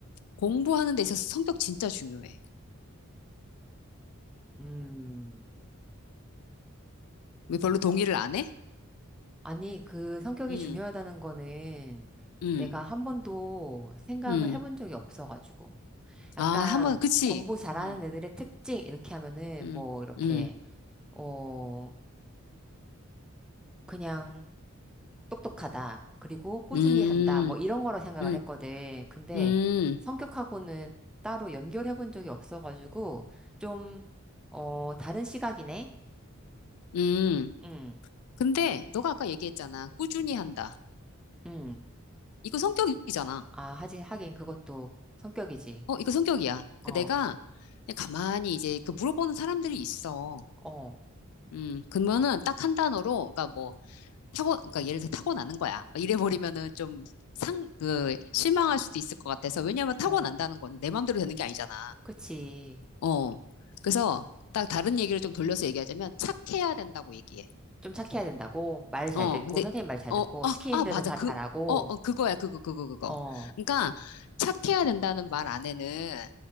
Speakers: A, on the left; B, in the centre.
A: 공부하는 데 있어서 성격 진짜 중요해.
B: 음.
A: 왜 별로 동의를 안 해?
B: 아니, 그 성격이
A: 음,
B: 중요하다는 거는
A: 음,
B: 내가 한 번도 생각을
A: 음.
B: 해본 적이 없어가지고. 아까
A: 아, 한번, 그치?
B: 공부 잘하는
A: 음,
B: 애들의 특징 이렇게 하면은
A: 음,
B: 뭐 이렇게
A: 음,
B: 어 그냥 똑똑하다. 그리고 꾸준히
A: 음,
B: 한다. 뭐 이런 거로 생각을
A: 음,
B: 했거든. 근데
A: 음.
B: 성격하고는 따로 연결해 본 적이 없어가지고 좀 어 다른 시각이네.
A: 음.
B: 응.
A: 근데 너가 아까 얘기했잖아. 꾸준히 한다.
B: 응.
A: 이거 성격이잖아.
B: 아, 하지 하긴 그것도 성격이지.
A: 어, 이거 성격이야. 그
B: 어.
A: 내가 그냥 가만히 이제 그 물어보는 사람들이 있어.
B: 어.
A: 음, 그러면은 딱 한 단어로, 그러니까 뭐, 타고, 그러니까 예를 들어 타고나는 거야. 이래버리면은 좀 상, 그, 실망할 수도 있을 것 같아서. 왜냐하면 타고난다는
B: 어.
A: 건 내 마음대로 되는 게 아니잖아.
B: 그치.
A: 어. 그래서 딱 다른 얘기를 좀 돌려서 얘기하자면 착해야 된다고 얘기해.
B: 좀 착해야 된다고. 말 잘
A: 어.
B: 듣고
A: 근데,
B: 선생님 말 잘
A: 어,
B: 듣고
A: 아,
B: 시키는
A: 아,
B: 대로
A: 맞아.
B: 다
A: 그,
B: 잘하고
A: 어, 어, 그거야. 그거, 그거, 그거.
B: 어.
A: 그러니까 착해야 된다는 말 안에는